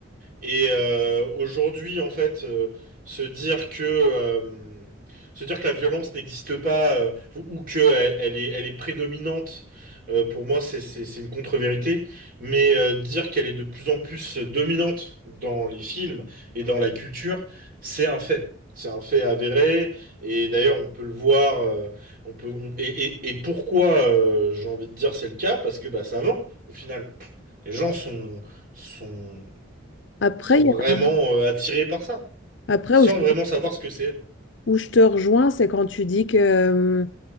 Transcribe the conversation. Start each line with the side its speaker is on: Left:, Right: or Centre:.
Right: Et euh, aujourd'hui, en fait, euh, se dire que euh, se dire que la violence n'existe pas euh, ou ou que elle, elle est elle est prédominante, euh, pour moi, c'est c'est c'est une contre-vérité. Mais euh, dire qu'elle est de plus en plus dominante dans les films et dans la culture, c'est un fait. C'est un fait avéré. Et d'ailleurs, on peut le voir. euh, on peut on- et, et, et pourquoi euh, j'ai envie de dire c'est le cas? Parce que bah ça vend au final. Les gens sont sont
Left: Après,
Right: sont
Left: il
Right: vraiment
Left: y a-
Right: euh, attirés par ça,
Left: après
Right: sans
Left: où je,
Right: vraiment savoir ce que c'est.
Left: où je te rejoins, c'est quand tu dis que euh,